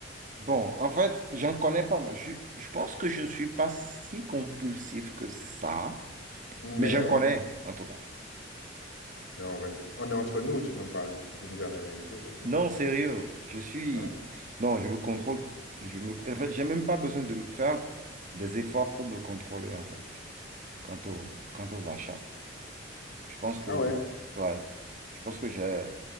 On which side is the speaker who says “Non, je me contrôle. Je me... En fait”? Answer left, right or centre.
Right